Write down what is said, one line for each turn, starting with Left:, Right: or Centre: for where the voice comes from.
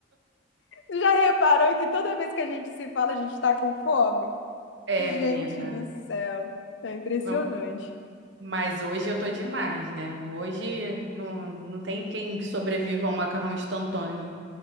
Left: já reparou que toda vez que a gente se fala, a gente tá com fome?
Right: É,
Left: Gente
Right: menina.
Left: do céu, é impressionante.
Right: Vamos. Mas hoje eu tô demais, né? Hoje não, não tem quem sobreviva a um macarrão instantâneo.